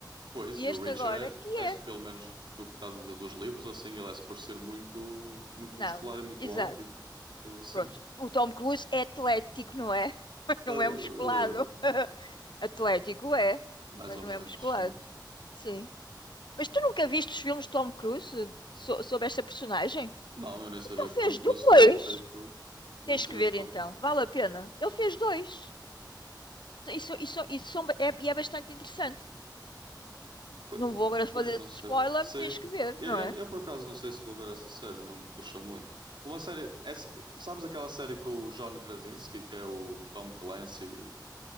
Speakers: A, on the right; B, on the left.
A: Pois, e o
B: Este
A: Richard
B: agora é que
A: é, é,
B: é.
A: pelo menos do que estás a dizer dos livros, ou assim, ele é por ser muito, muito
B: Não,
A: musculado
B: não,
A: e muito
B: exato.
A: alto. E, eh, sim.
B: Pronto, o Tom Cruise é atlético, não é? <laughs>
A: Eh,
B: Não
A: eh,
B: é musculado. <laughs> Atlético é,
A: mais
B: mas
A: ou
B: não
A: menos,
B: é musculado.
A: sim.
B: Sim. Mas tu nunca viste os filmes de Tom Cruise so- sobre esta personagem?
A: Não, eu nem sabia
B: Então
A: que
B: fez
A: o Tom Cruise
B: dois.
A: tinha feito. Nem
B: Tens
A: sabia
B: que ver
A: que o Tom.
B: então, vale a pena. Ele fez dois. Isso, isso, isso são- é, e é bastante interessante.
A: Po-
B: Não vou agora fazer
A: Pois não sei.
B: spoiler,
A: Sei.
B: tens que ver,
A: Eu,
B: não
A: eu,
B: é?
A: eu, por acaso não sei se vou ver essa série, não me puxa muito. Uma série. Essa, sabes aquela série com o John Krasinski, que é o Tom Clancy,